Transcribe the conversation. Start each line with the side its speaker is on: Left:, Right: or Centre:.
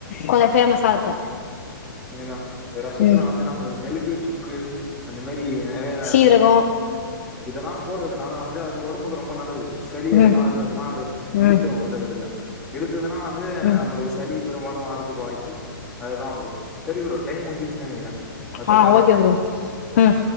Left: கொஞ்சோ ஃபேமஸா இருக்கு
Centre: இதுதா இந்த ரசத்துல
Left: ம்
Centre: வந்து நம்மளுக்கு மெளுகு சுக்கு அந்த மாரி நெறைய
Left: சீரகோ
Centre: இதெல்லா போடுறதுனால வந்து அது ஒடம்புக்கு ரொம்ப நல்லது சளி
Left: ம்
Centre: அதனா இருந்ததுன்னா அத
Left: ம்
Centre: இழுத்துரு ஒரே தடவயா இழுத்துதுனா வந்து
Left: ம்
Centre: நம்மளுக்கு சளி பெரும்பாலு வரதுக்கு வாய்ப்பு இல்ல அதுதா ப்ரோ சரி ப்ரோ டைம் முஞ்சுச்சு நெனைக்கிறே அத்த
Left: ஆ
Centre: கால்ல
Left: ஓகே
Centre: எணைலா
Left: ப்ரோ ம்